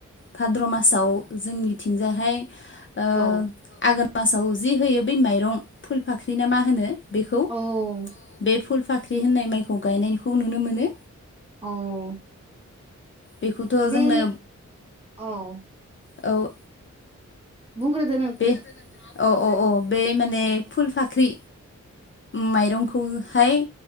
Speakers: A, on the left (about 40°); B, on the right (about 20°).
A: भाद्र मासाव जोंनिथिंजायाहाय ओ
B: औ
A: आघोन मासाव जि होयो बै माइरं फुल फाख्रि ना मा होनो? बेखौ
B: औ
A: बे फुल फाख्रि होननाय माइखौ गायनायखौ नुनो मोनो।
B: औ
A: बेखौथ'
B: बे
A: जोंनो
B: औ
A: औ
B: बुंंग्रोदो
A: बे अ अ अ बे माने फुल फाख्रि माइरंखौहाय